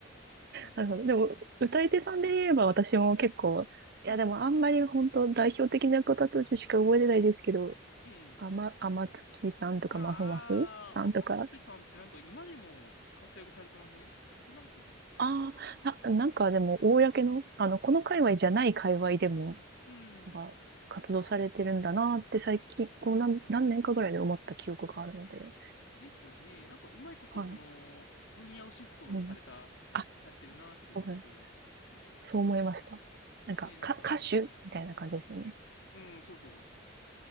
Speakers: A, on the left (about 80°); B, on the right (about 50°).
A: そうなんですよ。
B: なるほど。でも、歌い手さんで言えば私も結構、いやでもあんまり本当代表的な方たちしか覚えてないですけど、
A: はいはい。ええ。
B: あま、あまつきさんとか、
A: ああ、
B: まふまふさんとか、
A: 天月さんってなんか今でも活躍されてませんそんなことない
B: ああ、あ、なんかでも、公の、
A: はい。
B: あの、この界隈じゃない界隈でも、
A: はい。うん。
B: なんか、活動されてるんだなって最近、こう何、
A: はい。
B: 何年かぐらいで思った記憶があるので、
A: ですよね。なんかうまいこと、
B: はい。
A: その、分野をシフトされた、
B: うん、あ、
A: されてるなっていう印象が。
B: そうね、
A: はい。
B: そう思いました。なんか、
A: ええ、なんか、
B: か、歌手みたいな感じですよね。
A: はい。うん、そうそう。